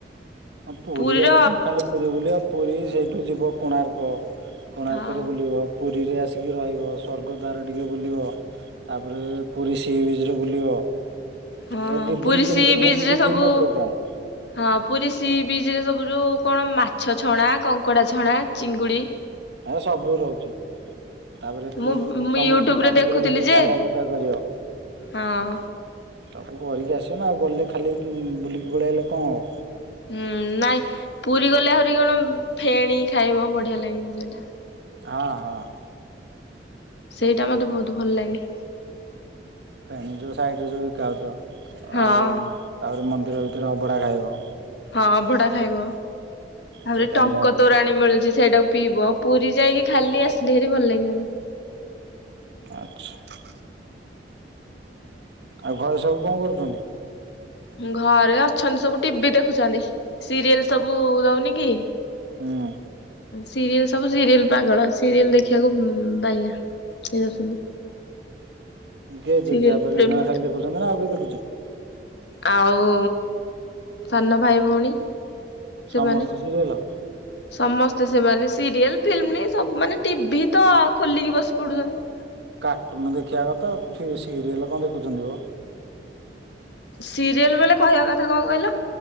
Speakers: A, on the right; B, on the left.
A: ଆ ପୁରୀ
B: ପୁରୀର
A: ଗଲେ କଣ ଖାଲି ପୁରୀ ବୁଲିବା ପୁରୀ ସେଇଠୁ ଯିବ କୋଣାର୍କ। କୋଣାର୍କରେ
B: ହଁ
A: ବୁଲିବ ପୁରୀରେ ଆସିକି ରହିବ ସ୍ବର୍ଗ ଦ୍ଵାର ଟିକେ ବୁଲିବ ତାପରେ ପୁରୀ ଶ୍ରୀ ବ୍ରିଜିରେ ବୁଲିବ
B: ହଁ
A: ଏ ଦି
B: ପୁରୀ
A: ଦିନି ତିନି
B: ସି
A: ଦିନିର
B: ବିଚ୍ ରେ
A: ଦିଦିନିର
B: ସବୁ
A: ପ୍ରୋଗ୍ରାମ୍
B: ହଁ ପୁରୀ ଶ୍ରୀବିଜିରେ ସବୁ ଯେଉ କଣ ମାଛ ଛଣା କଙ୍କଡା ଛଣା ଚିଙ୍ଗୁଡି
A: ଏ ସବୁ ରହୁଛି ତାପରେ ପ
B: ମୁଁ ମୁଁ
A: ସମୁ
B: ୟୁଟ୍ୟୁବରେ
A: ସମୁଦ୍ରରେ
B: ଦେଖୁଥିଲି
A: ଟିକେ
B: ଯେ
A: ଗାଧୁଆ ଫାଧୁଆ କରିବ
B: ହଁ
A: ସବୁ କରିକି ଆସିବ ନା ଆଉ ଗଲେ ଖାଲି ବୁଲିକି ପଳେଇଲେ ଆଇଲେ କଣ ହବ
B: ହୁଁ ନାଇଁ ପୁରୀ ଗଲେ ଆହୁରି କଣ ଫେଣି ଖାଇବ ବଢିଆ ଲାଗିବ ସେଇଟା
A: ହଁ ହଁ
B: ସେଇଟା ମତେ ବହୁତ ଭଲ ଲାଗେ
A: ଫେଣି ଯୋଉ ସାଇଟ୍ ରେ ଯୋଉ ବିକା ହଉଥିବ
B: ହଁ
A: ଆଉ ତାପରେ ମନ୍ଦିର ଭିତରେ ଅବଢ଼ା ଖାଇବ
B: ହଁ ଅଭଡା ଖାଇବ ଆହୁରି
A: ସେଇଟା
B: ଟଙ୍କ
A: ନିହାତି
B: ତୋରାଣୀ ମିଳୁଛି ସେଇଟାକୁ ପିଇବ ପୁରୀ ଯାଇକି ଖାଲି ଆସିଲେ ଭଲ ଲାଗିବନି
A: ଆଚ୍ଛା ଆଉ ଘରେ ସବୁ କଣ କରୁଛନ୍ତି
B: ଘରେ ଅଛନ୍ତି ସବୁ ଟିଭି ଦେଖୁଛନ୍ତି ସିରିଏଲ୍ ସବୁ ଦଉନି କି
A: ହଁ
B: ସିରିଏଲ୍ ସବୁ ସିରିଏଲ୍ ପାଗଳ ସିରିଏଲ୍ ଦେଖିବାକୁ ବାଇଆ ସେ ଅଛନ୍ତି
A: କେଏ
B: ସିରିଏଲ
A: ଜେଜେବାପା
B: ପ୍ରେମୀ
A: ଜେଜେମା ଖାଲି ଦେଖୁଛନ୍ତି ନା ଆଉ କିଏ ଦେଖୁଛି
B: ଆଉ ସାନ ଭାଇ ଭଉଣୀ ସେମାନେ
A: ସମସ୍ତେ ସିରିୟଲ୍
B: ସମସ୍ତେ ସେମାନେ ସିରିଏଲ୍ ଫିଲ୍ମି ସବୁମାନେ ଟିଭି ତ ଖୋଲିକି ବସି ପଡୁଛନ୍ତି
A: କାଟୁନୁ ଦେଖିବା କଥା ଫିର୍ ସିରିଏଲ୍ କଣ ଦେଖୁଛନ୍ତି ମ
B: ସିରିଏଲ୍ ବୋଲେ କହିବା କଥା କଣ କହିଲ